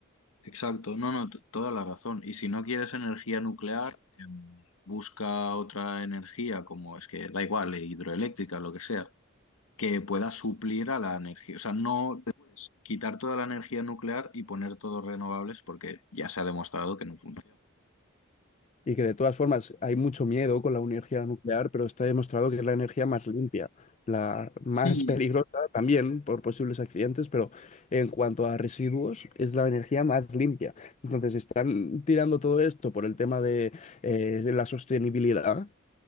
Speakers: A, on the left; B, on the left.
A: Exacto, no, no, t- toda la razón. Y si no quieres energía nuclear, em, busca otra energía, como es que da igual, eh, hidroeléctrica, lo que sea, que pueda suplir a la energía. O sea, no te puedes quitar toda la energía nuclear y poner todos renovables porque ya se ha demostrado que no funciona.
B: Y que de todas formas hay mucho miedo con la energía nuclear, pero está demostrado que es la energía más limpia, la más
A: Sí.
B: peligrosa también por posibles accidentes, pero en cuanto a residuos es la energía más limpia. Entonces están tirando todo esto por el tema de, eh, de la sostenibilidad,